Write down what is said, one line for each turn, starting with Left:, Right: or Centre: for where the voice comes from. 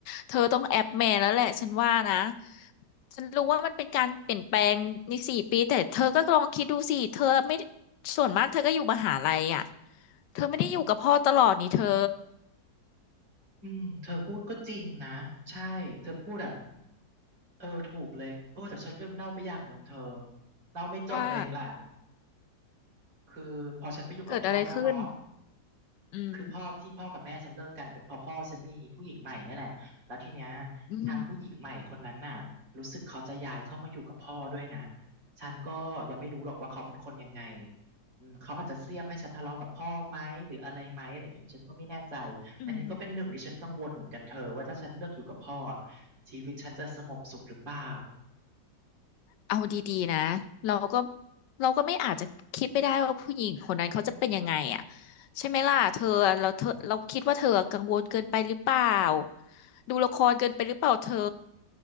Left: เธอต้องแอปแม่แล้วแหละฉันว่านะฉันรู้ว่ามันเป็นการเปลี่ยนแปลงในสี่ปีแต่เธอก็ลองคิดดูสิเธอไม่ส่วนมากเธอก็อยู่มหาลัยอ่ะเธอไม่ได้อยู่กับพ่อตลอดนี่เธอ
Right: อืมเธอพูดก็จริงนะใช่เธอพูดอ่ะเออถูกเลยโอ้แต่ฉันลืมเล่าไปอย่างหนึ่งเธอเล่าไม่จบเองแหละ
Left: ว่า
Right: คือพอฉันไปอยู่กับพ่อเนาะ
Left: เกิดอะไรขึ้นอืม
Right: คือพ่อที่พ่อกับแม่ฉันเลิกกันน่ะเป็นเพ่อพ่อฉันมีผู้หญิงใหม่เนี่ยแหละแล้วทีเนี้ย
Left: อืม
Right: ทางผู้หญิงใหม่คนนั้นน่ะรู้สึกเขาจะย้ายเข้ามาอยู่กับพ่อด้วยนะฉันก็ยังไม่รู้หรอกว่าเขาเป็นคนยังไงอืมเขาอาจจะเสี้ยมให้ฉันทะเลาะกับพ่อไหมหรืออะไรไหมอะไรอย่างเงี้ยฉันก็ไม่แน่ใจ
Left: อืม
Right: อันนี้ก็เป็นหนึ่งที่ฉันกังวลเหมือนกันเธอว่าถ้าฉันเลือกอยู่กับพ่อชีวิตฉันจะสงบสุขหรือเปล่า
Left: เอาดีๆนะเราก็เราก็ไม่อาจจะคิดไปได้ว่าผู้หญิงคนนั้นเขาจะเป็นยังไงอ่ะใช่ไหมล่ะเธอเราเธอเราคิดว่าเธอกังวลเกินไปหรือเปล่าดูละครเกินไปหรือเปล่าเธอ